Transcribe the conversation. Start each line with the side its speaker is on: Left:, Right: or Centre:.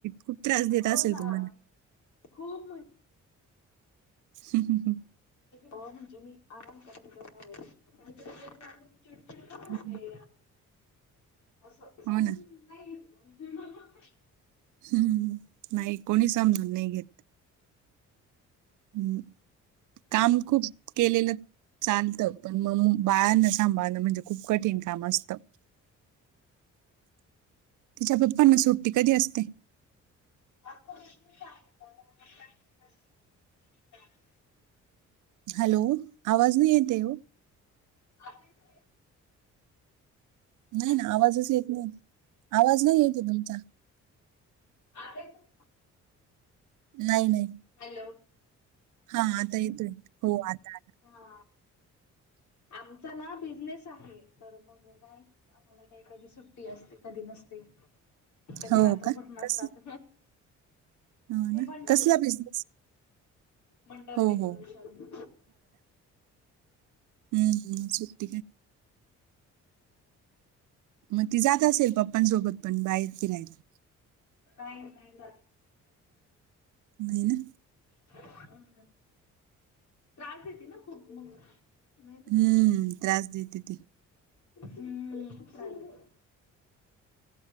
Right: खूप त्रास देत
Left: हो
Right: असेल
Left: ना
Right: तुम्हाला.
Left: खूप मण
Right: हम् हम हम्.
Left: हो म्हणजे मी आराम कराय थोडा वेळ. चिडचिड पण
Right: हम्.
Left: होते असं समजून
Right: हो ना
Left: नाही घेत.
Right: हम्म, नाही कोणी समजून नाही घेत. हम् काम खूप केलेलं. चालतं पण मग बाळांना सांभाळणं म्हणजे खूप कठीण काम असतं. तिच्या पप्पांना सुट्टी कधी असते?
Left: <unintelligible>
Right: हॅलो! आवाज नाही येते हो.
Left: <unintelligible>
Right: नाही
Left: हॅलो
Right: ना आवाजच येत नाही आवाज नाही येते तुमचा.
Left: आता येतोय
Right: नाही नाही
Left: हॅलो
Right: हा आता येतोय हो आता आता.
Left: हा आमचा ना बिझनेस आहे तर मग काय मला काही कधी सुट्टी असते कधी नसते. कधी
Right: हो
Left: रात्रभर
Right: का?
Left: नसतात
Right: कस हो
Left: हे
Right: ना.
Left: म्हणत
Right: कसला बिझनेस?
Left: मंडप
Right: हो,
Left: डेकोरेशन.
Right: हो. हम्म सुट्टी का? मग ती जात असेल पप्पांसोबत? पण बाहेर फिरायचं
Left: नाही नाही जात.
Right: नाही ना.
Left: हम् त्रास देते ना खूप मग, नाही का?
Right: हं, त्रास देते ती.
Left: हम्म त्रास